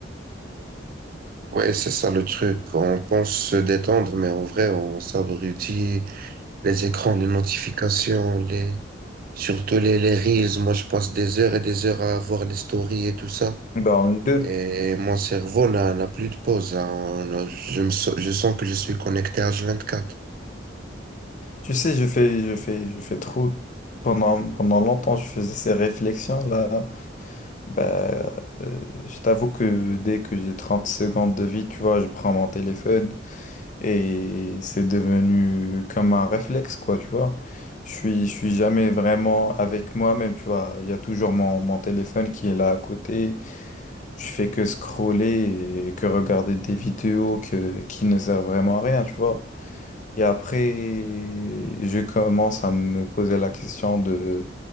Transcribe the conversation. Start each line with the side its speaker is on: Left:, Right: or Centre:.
Right: Ouais, c'est ça le truc. On pense se détendre, mais en vrai, on s'abrutit. Les écrans, les notifications, les... surtout les, les reels. Moi, je passe des heures et des heures à voir les stories et tout ça.
Left: Bah, on est deux.
Right: Et mon cerveau n'a n'a plus de pause. hein. Je me, so- je sens que je suis connecté H24.
Left: Tu sais, je fais, je fais, je fais trop. Pendant, pendant longtemps, je faisais ces réflexions-là. Bah, euh, je t'avoue que dès que j'ai 30 secondes de vie, tu vois, je prends mon téléphone et c'est devenu comme un réflexe, quoi, tu vois. Je suis, je suis jamais vraiment avec moi-même, tu vois. Il y a toujours mon, mon téléphone qui est là à côté. Je fais que scroller et que regarder des vidéos que, qui ne servent vraiment à rien, tu vois. Et après, je commence à me poser la question de